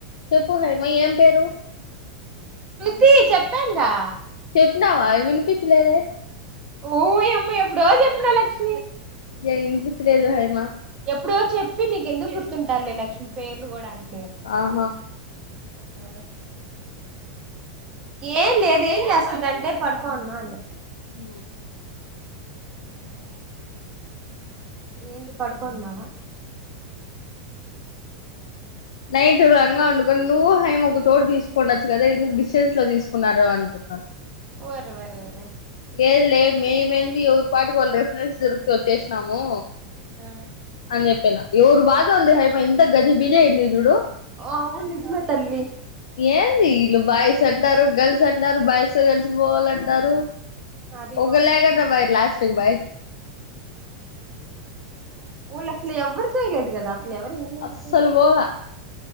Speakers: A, on the left; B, on the right.
A: చెప్పు హైమ ఏం పేరు
B: టీ చెప్పానగా
A: చెప్పినావా వినిపించలేదే
B: ఓయమ్మ ఎప్పుడో జేప్పిన లక్ష్
A: ఇగా ఇనిపించలేదు హైమా
B: ఇప్పుడే చెప్పి నీకు ఎందుకు గుర్తుంటాయిలే లక్ష్మి పేర్లు గూడాఅన్
A: ఆహా
B: ఆ ఏం లేదు ఏం జేస్తుందంటే పడుకోన్ ఉన్నా అన్ జేప్
A: ఊ
B: ఉ ఏంది పడుకొనున్నావా
A: నైటు రంగా ఉండుకొనీ నువ్వు హైమా ఒక చోటు దిసుకొండొచ్చు గదా ఎందుకు డిషెస్ ఇట్లా దిసుకున్నారో అనుకుంటా
B: ఓర్ వార్ వారే
A: లేదు లే మీమేంది ఎవరి పాటు వాళ్ళు రిఫరెన్స్ దొరుకతే వచ్చేసినాము.
B: ఆ
A: అన్ జేపిన ఎవరు బాధ ఓలది హైమా ఎంత గజి బిజి అయింద్ జూడు
B: ఆ అవును నిజమే తల్లి
A: ఏంది ఈళ్ళు వాయిస్ ఆర్ డరు గర్ల్స్ అంటారు బాయ్స్ గర్ల్స్ బోవాలంటారు.
B: అది
A: ఒకలేగాన్ బాయ్ లాస్ట్కీ బాయ్
B: ఊర్ల అసలు ఎవరి చేయలేదు గదా అసలు ఎవరు ఇంగ్లీష్
A: అస్సలు
B: చెప్పేచేయాలె
A: పోలా